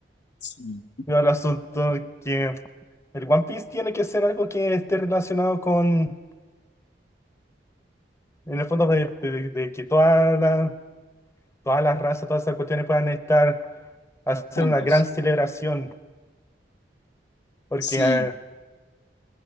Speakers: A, on the left; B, on the left.
A: Sí,
B: Pero el asunto es que el One Piece tiene que ser algo que esté relacionado con, en el fondo, de, de- de que todas las todas las razas, todas esas cuestiones puedan estar hacer
A: juntas.
B: una gran celebración, porque
A: Sí.
B: eh,